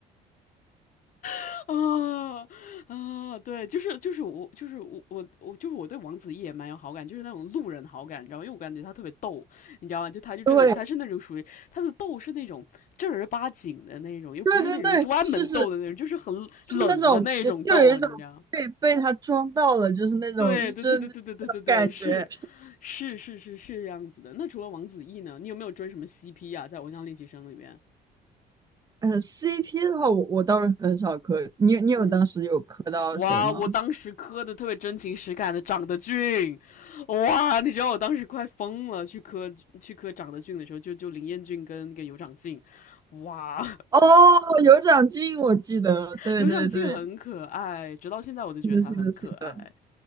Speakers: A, on the left; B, on the right.
A: <laughs> 啊啊，对，就是就是我就是我我我就是我对王子异也蛮有好感，就是那种路人好感，你知道吗？因为我感觉他特别逗，你知道吗？就他就这里他是那种属于他的逗是那种正儿八经的那种，
B: 对
A: 又不是那种专门逗的那种，
B: 对对对，是是，
A: 就是很冷的那种逗，
B: 就是那种就就有一种被被他装到了，
A: 你知道吗？
B: 就是那种就是那种感觉。
A: 对对对对对对对对对，是是是是是这样子的。那除了王子异呢，你有没有追什么 CP 啊？在《偶像练习生》里边，
B: 嗯，CP 的话，我我倒是很少磕，你你有当时有磕到谁吗？
A: 嗯哇！我当时磕的特别真情实感的，长得俊，哇！你知道我当时快疯了，去磕去磕长得俊的时候，就就林彦俊跟跟尤长靖，哇！
B: 哦，有长进，我记得，
A: <laughs>
B: 对对对，
A: 尤长靖很可爱，直到现在我都觉得他很可爱。
B: 是的，是的，是的，